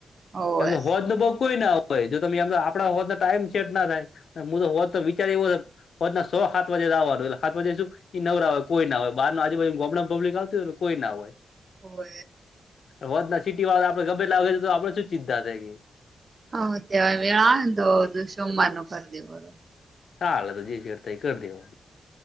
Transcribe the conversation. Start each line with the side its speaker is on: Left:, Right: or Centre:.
Right: હોવે
Left: એમ તો હોદ ન પગ કોઈ ના આવ ભ જો તમે આમ આપણા હોવાતને ટાઈમ સેટ ના થાય હ તો હોત તો વિચાર એવો. હોજના સો સાત વાજે આવવાનુંલે સાત વાજે શું? ઈ નવરા હોય કોઈ ના હોય બારો આજુ હ ગબ્મ પબ્િક આવતી હોયને કોઈ ના હોય.
Right: હો.
Left: વત ના ચીટી વાળા આપડે ગમેેલા તો આપડે શું ચિંતા થાય કે.
Right: હ તેવાયળાું સોમવાારનું પરદી હો.
Left: કાલે જે. તેં કરી દવો.